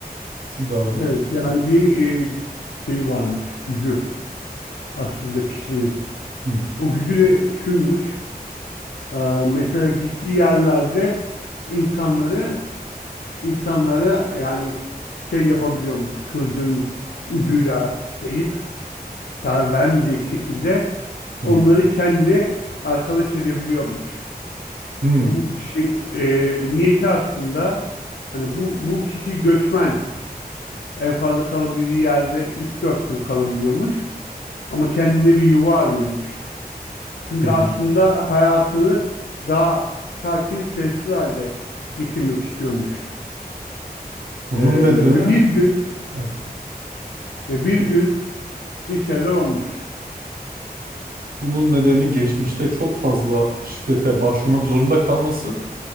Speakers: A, on the right; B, on the left.
A: Siz devam edin.
B: Evet yani bir e, şey varmış gücü aslında kişinin.
A: Hı
B: O gücü de şuymuş. e, mesela gittiği yerlerde insanları insanlara yani şey yapabiliyormuş. Kılıcın ucuyla deyip zarar vermeyecek şekilde onları
A: hı hı
B: kendine arkadaş edebiliyormuş.
A: hı
B: Bu şey e, niyeti aslında hani bu bu kişi göçmen en fazla kalabildiği yerde üç dört gün kalabiliyormuş ama kendine bir yuva arıyormuş. Çünkü
A: hı. hı.
B: aslında hayatını daha sakin, sessiz halde geçirmek istiyormuş.
A: Bunun
B: E,
A: nedeni
B: ve bir gün
A: ha,
B: ve bir
A: bu-
B: gün bir şeyler olmuş.
A: bunun nedeni geçmişte çok fazla şiddete başvurmak zorunda kalması